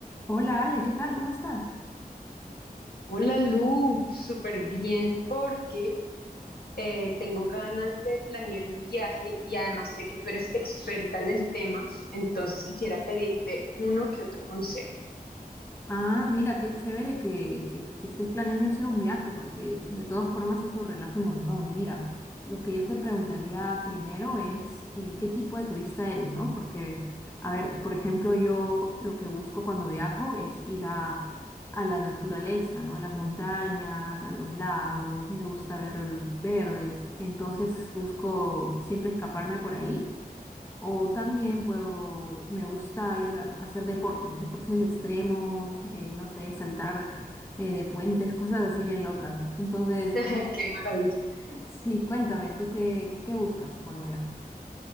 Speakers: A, on the left (about 15°); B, on the left (about 75°).
A: Hola Ale, ¿qué tal? ¿Cómo estás?
B: Hola Lu, súper bien porque eh, tengo ganas de planear un viaje y además sé que tú eres experta en el tema, entonces quisiera pedirte uno que otro consejo.
A: Ah, mira, qué chévere que, que, que estés planeando hacer un viaje, porque de todas formas eso relaja un montón. Mira, lo que yo te preguntaría primero es eh, qué tipo de turista eres, ¿no? Porque, a ver, por ejemplo, yo lo que busco cuando viajo es ir a, a la naturaleza, ¿no? A las montañas, a los lagos, me gusta ver el verde, entonces busco siempre escaparme por ahí. O también puedo, me gusta ir a, a hacer deportes, deportes extremos, eh, no sé, saltar eh, de puentes, cosas así bien locas. Entonces,
B: <laughs> Qué maravilla.
A: <laughs> sí, cuéntame, ¿tú qué, qué buscas cuando viajas?